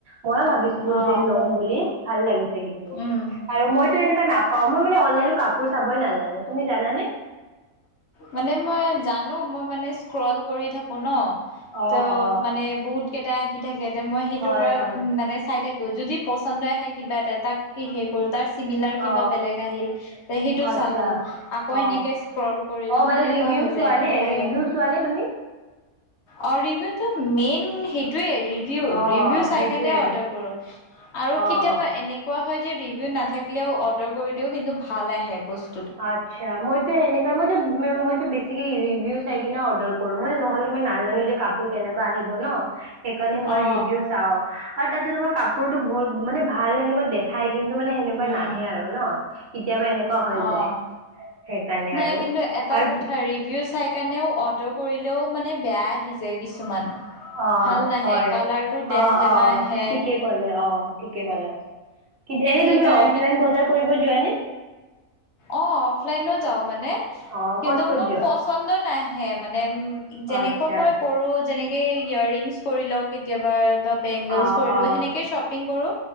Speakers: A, on the right; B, on the left.
A: মই ভাবিছিলো
B: অ'
A: যে ল'ম বুলি ভাল লাগিছে কিন্তু
B: উম
A: আৰু মইতো এনেকুৱা নাপাওঁ মোৰ। অনলাইন কাঁ পোৰ চাবই নাজানো তুমি জানানে?
B: মানে মই জানো মই মানে স্ক্ৰল কৰি থাকো ন।
A: অ
B: ত
A: অ
B: মানে বহুত কেটা থাকে এতি মই সিটোৰ
A: হয়
B: পৰাৰত
A: হয়
B: মানে চাই থাক। যদি পচন্দ আহে কিবা এটা তাক কি সে কৰ তাৰ চিমিলাৰ কিবা
A: অ
B: বেলেগ আহিল সেইটো।
A: আচ্ছা
B: আকৌ
A: অ
B: এনেকে ষ্কল কৰিলো
A: অ মানে
B: সেনেকুৱা
A: ৰিভিউ
B: হৈ
A: চোৱা
B: যায় এনেকে
A: নে
B: ভালে।
A: ৰিভিউ চোৱা নে তুমি
B: অ ৰিভিও তো মেইন সেইটোৱে। ৰিভিউ-ৰিভিউ
A: অ
B: চাইকেনে
A: সেইটোয়ে
B: অৰ্ডাৰ কৰো আৰু
A: অ',
B: কেতিয়াবা এনেকুৱা হয় যে ৰিভিউ নাথাকিলেও অৰ্ডাৰ কৰি দিও কিন্তু ভাল আহে বস্তু।
A: <unintelligible> মই নাজানো যে কাপোৰ কেনেকুৱা আহিব। হ ন সেইকাৰণে মই ৰিভিউ
B: অ
A: চাওঁ আৰু তাতে তোমাৰ কাপোৰতো বৰ মানে ভাল সেনেকুৱা দেখ কিন্তু মানে সেনেকুৱা
B: উম
A: নাহে আৰু ন কেতিয়াবা এনেকুৱা হৈ
B: অ',
A: যায় সেইকাৰণে
B: নাই
A: আৰু
B: কিন্তু এটা
A: আৰু
B: কথা ৰিভিউ চাই। সেইকাৰণেও অৰ্ডাৰ কৰিলেও মানে বেয়া আহি যায় কিছুমান
A: অ
B: ভাল নাহে
A: হয়
B: কালাৰটো ডেম
A: অ
B: ডেমা
A: অ অ
B: আহে।
A: ঠিকে কলে অ ঠিকে কলে এনে তুমি
B: কাৰ
A: অফলাইন বজাৰ কৰিব যোৱা নে
B: অ অফলাইনো যাওঁ মানে
A: অ',
B: কিন্তু
A: ক'ত ক'ত
B: মোৰ
A: যোৱা
B: পচন্দৰ নাহে মানে উ যেনেকুৱা
A: আচ্ছা
B: মই কৰো যেনেকে ইয়োৰ ৰিংছ কৰি লও কেতিয়াবা বা বেংগলছ
A: অ',
B: কৰিলো
A: অ',
B: সেনেকে শ্বপিং কৰো